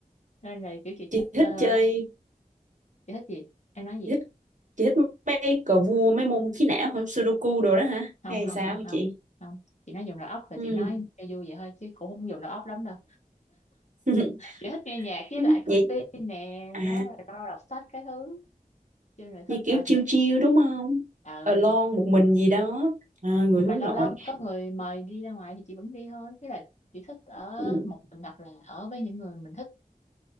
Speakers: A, on the left (about 50°); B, on the right (about 60°).
A: nên là kiểu chị
B: chị
A: thích
B: thích
A: ờ,
B: chơi
A: chị thích gì em nói gì
B: chị thích chị thích mấy cờ vua mấy môn trí não hả sudoku đồ đó hả
A: không
B: hay
A: không
B: sao
A: không
B: hả
A: không
B: chị
A: không chị nói dùng đầu óc là
B: ừ.
A: chị nói cho vui vậy thôi chứ cũng không dùng đầu óc lắm đâu
B: <laughs>
A: chị thích nghe nhạc với
B: Ừ,
A: lại
B: vậy
A: coi phim nè
B: à
A: đó là đọc sách cái thứ chứ là thích
B: như kiểu
A: ở
B: chill
A: nhà
B: chill đúng không
A: ừ
B: alone một mình gì đó à, người
A: nhưng
B: hướng
A: mà lâu
B: nội
A: lâu có người mời đi ra ngoài thì chị vẫn đi thôi chứ là chị thích ở
B: ừ,
A: một mình hoặc là ở với những người mình thích